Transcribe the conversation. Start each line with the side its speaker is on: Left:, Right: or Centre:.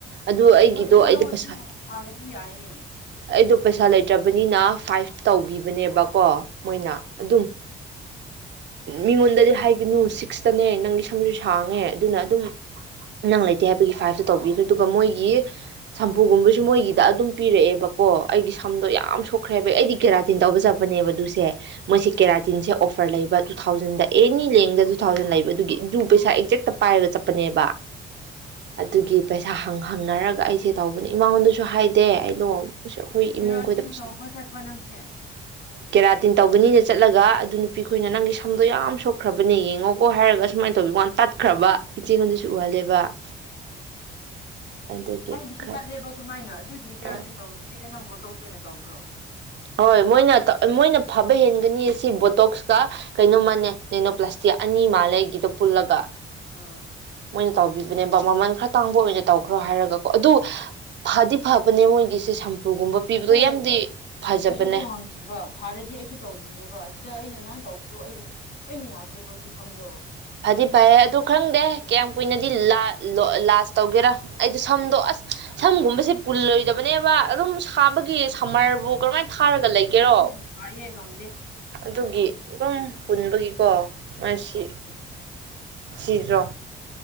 Right: ꯑꯗꯨ ꯑꯩꯒꯤꯗꯣ
Left: ꯍꯣꯏ ꯑꯗꯨꯝ
Right: ꯑꯩꯗ
Left: ꯂꯧꯔꯁꯨ
Right: ꯄꯩꯁꯨ ꯍꯥꯏ
Left: ꯍꯥꯟꯅꯗꯤ ꯌꯥꯏꯌꯦ
Right: ꯑꯩꯗꯣ ꯄꯩꯁꯥ ꯂꯩꯇ꯭ꯔꯕꯅꯤꯅ ꯐꯥꯏꯚ ꯇꯧꯕꯤꯕꯅꯦꯕꯀꯣ ꯃꯣꯏꯅ ꯑꯗꯨꯝ ꯃꯤꯉꯣꯟꯗꯗꯤ ꯍꯥꯏꯒꯅꯨ ꯁꯤꯛꯁꯇꯅꯦ ꯅꯪ ꯁꯝꯁꯨ ꯁꯥꯡꯉꯦ ꯑꯗꯨꯅ ꯑꯗꯨꯝ ꯅꯪ ꯂꯩꯇꯦ ꯍꯥꯏꯕꯒꯤ ꯐꯥꯏꯞꯇ ꯇꯧꯕꯤꯈ꯭ꯔꯦ ꯑꯗꯨꯒ ꯃꯣꯏꯒꯤ ꯁꯝꯄꯨꯒꯨꯝꯕꯁꯨ ꯃꯣꯏꯒꯤꯗ ꯑꯗꯨꯝ ꯄꯤꯔꯛꯑꯦꯕ ꯀꯣ ꯑꯩꯒꯤ ꯁꯝꯗꯣ ꯌꯥꯝ ꯁꯣꯛꯈ꯭ꯔꯦꯕ ꯑꯩꯗꯤ ꯀꯦꯔꯥꯇꯤꯟ ꯇꯧꯕ ꯆꯠꯄꯅꯦꯕ ꯑꯗꯨꯁꯦ ꯁꯦ ꯃꯣꯏꯁꯦ ꯀꯦꯔꯥꯇꯤꯟꯁꯦ ꯑꯣꯐꯔ ꯂꯩꯕ ꯇꯨ ꯊꯥꯎꯖꯟꯗ ꯑꯦꯅꯤ ꯂꯦꯡꯗ ꯇꯨ ꯊꯥꯎꯖꯟ ꯂꯩꯕ ꯑꯗꯨꯒꯤ ꯑꯗꯨ ꯄꯩꯁꯥ ꯑꯦꯛꯖꯦꯛꯇ ꯄꯥꯏꯔꯒ ꯆꯠꯄꯅꯦꯕ ꯑꯗꯨꯒꯤ ꯄꯩꯁꯥ ꯍꯪ ꯍꯪꯅꯔꯒ ꯑꯩꯁꯦ ꯇꯧꯕꯅꯤ ꯏꯃꯥꯉꯣꯟꯗꯁꯨ ꯍꯥꯏꯗꯦ ꯑꯩꯗꯣ ꯑꯩꯈꯣꯏ
Left: ꯐꯦꯔꯣꯊꯤꯟ
Right: ꯏꯃꯨꯡ ꯈꯣꯏꯗ ꯄꯩꯁꯥ
Left: ꯇꯧꯕ ꯆꯠꯄ ꯅꯪꯁꯦ
Right: ꯀꯥꯇꯤꯟ ꯇꯧꯒꯅꯤꯅ ꯆꯠꯂꯒ ꯑꯗꯨ ꯅꯨꯄꯤ ꯈꯣꯏꯅ ꯅꯪꯒꯤ ꯁꯝꯗꯣ ꯌꯥꯝ ꯁꯣꯛꯈ꯭ꯔꯕꯅꯦ ꯌꯦꯡꯉꯣꯀꯣ ꯍꯥꯏꯔꯒ ꯁꯨꯃꯥꯏꯅ ꯇꯧꯕꯤꯀꯥꯟ ꯇꯠꯈ꯭ꯔꯕ ꯏꯆꯦꯉꯣꯟꯗꯁꯨ
Left: ꯎꯝ
Right: ꯎꯍꯜꯂꯦꯕ
Left: ꯎꯝ
Right: ꯑꯗꯨꯒꯤ
Left: ꯑꯩꯒꯤꯁꯨ
Right: ꯈꯔ
Left: ꯇꯠꯂꯦꯕ ꯑꯗꯨꯃꯥꯏꯅ ꯑꯗꯨꯒꯤ ꯀꯦꯔꯥꯊꯤꯟ
Right: ꯑꯥ
Left: ꯇꯧꯒꯗꯕꯤ ꯁꯤꯦ ꯅꯪ ꯕꯣꯔꯇꯣꯛꯁ ꯑꯣꯏꯅ ꯇꯧꯕ꯭ꯔꯣ
Right: ꯍꯣꯏ ꯃꯣꯏꯅ ꯃꯣꯏꯅ ꯐꯕ ꯍꯦꯟꯒꯅꯤ ꯁꯤ ꯕꯣꯇꯣꯛꯁꯀ ꯀꯩꯅꯣꯃꯥꯟꯅꯦ ꯅꯩꯅꯣ ꯄ꯭ꯂꯥꯁꯇꯤꯛ ꯑꯅꯤ ꯃꯥꯜꯂꯒꯤꯗ ꯄꯨꯜꯂꯒ
Left: ꯑꯥ
Right: ꯃꯣꯏꯅ ꯇꯧꯕꯤꯕꯅꯦꯕ ꯃꯃꯜ ꯈꯔ ꯇꯥꯡꯕ ꯑꯣꯏꯅ ꯇꯧꯈ꯭ꯔꯣ ꯍꯥꯏꯔꯒꯀꯣ ꯑꯗꯨ ꯐꯗꯤ ꯐꯕꯅꯦ ꯃꯣꯏꯒꯤꯁꯦ ꯎꯨꯒꯨꯝꯕ ꯄꯤꯕꯗꯣ
Left: ꯍꯣꯏ
Right: ꯌꯥꯝꯗꯤ ꯐꯖꯕꯅꯦ
Left: ꯑꯩꯁꯨ ꯑꯗꯨ ꯍꯪꯉꯕ ꯐꯥꯔꯗꯤ ꯑꯩꯁꯨ ꯇꯧꯅꯤꯡꯉꯦꯕ ꯁꯤꯗ ꯑꯩꯅ ꯑꯩꯅ ꯅꯍꯥꯟ ꯇꯧꯕꯗꯣ ꯑꯩꯒꯤꯗꯤ ꯂꯣꯏꯅ ꯌꯥꯗ꯭ꯔꯦꯕ ꯍꯧꯖꯤꯛ ꯁꯝꯗꯣ
Right: ꯐꯗꯤ ꯐꯩꯦ ꯑꯗꯨ ꯈꯪꯗꯦ ꯀꯌꯥꯝ ꯀꯨꯏꯅꯗꯤ ꯂꯥꯁ ꯇꯧꯒꯦꯔꯥ ꯑꯩꯗꯣ ꯁꯝꯗꯣ ꯑꯁ ꯁꯝꯒꯨꯝꯕꯁꯦ ꯄꯨꯜꯂꯣꯏꯗꯕꯅꯦꯕ ꯑꯗꯨꯝ ꯁꯥꯕꯒꯤ ꯁꯝꯃꯔꯕꯨ ꯀꯔꯝꯃꯥꯏꯅ ꯊꯥꯔꯒ ꯂꯩꯒꯦꯔꯣ
Left: ꯀꯗꯥꯏꯗꯒꯤ ꯁꯥꯏꯌꯦ ꯉꯝꯗꯦ
Right: ꯑꯗꯨꯒꯤ ꯑꯗꯨꯝ ꯄꯨꯟꯕꯒꯤꯀꯣ ꯃꯁꯤ
Left: ꯅꯥꯁꯤꯛꯇꯣ꯫
Right: ꯁꯤꯔꯣ